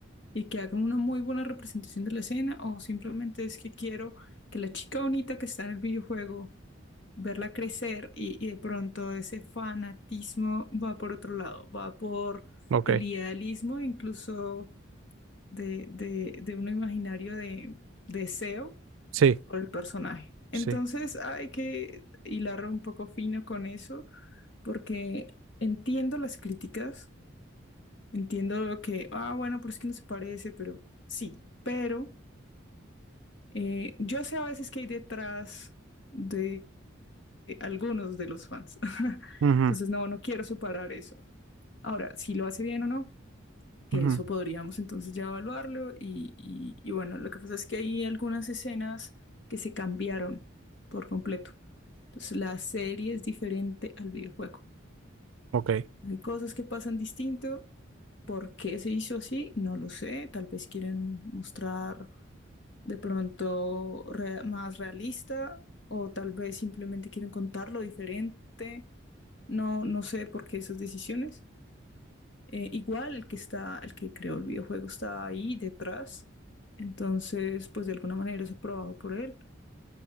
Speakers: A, on the left; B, on the right.
A: y que hagan una muy buena representación de la escena o simplemente es que quiero que la chica bonita que está en el videojuego, verla crecer y, y de pronto ese fanatismo va por otro lado, va por
B: ok,
A: el idealismo incluso de, de, de un imaginario de deseo
B: sí,
A: por el personaje. Entonces
B: sí.
A: hay que hilar un poco fino con eso, porque entiendo las críticas, entiendo que, ah, bueno, pero es que no se parece, pero sí, pero eh, yo sé a veces que hay detrás de, de algunos de los fans. <laughs>
B: Ujú,
A: Entonces, no, no quiero separar eso. Ahora, si lo hace bien o no. que
B: ujú,
A: eso podríamos entonces ya evaluarlo y, y- y bueno, lo que pasa es que hay algunas escenas que se cambiaron por completo. Entonces la serie es diferente al videojuego.
B: ok.
A: Hay cosas que pasan distinto. ¿Por qué se hizo así? No lo sé. Tal vez quieren mostrar de pronto re- más realista o tal vez simplemente quieren contarlo diferente. No, no sé por qué esas decisiones. Eh, igual el que está, el que creó el videojuego está ahí detrás. Entonces, pues de alguna manera es aprobado por él.